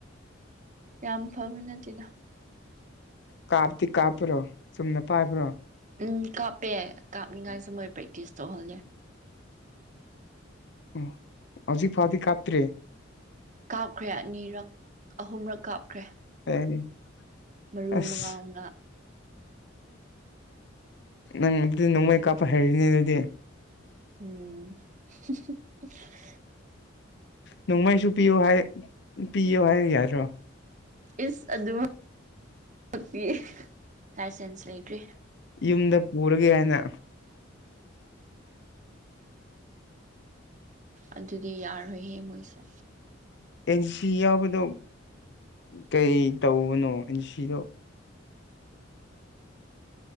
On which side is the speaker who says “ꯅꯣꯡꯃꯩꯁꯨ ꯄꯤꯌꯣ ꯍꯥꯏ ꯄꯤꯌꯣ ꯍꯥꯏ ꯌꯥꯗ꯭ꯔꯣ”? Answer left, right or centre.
Left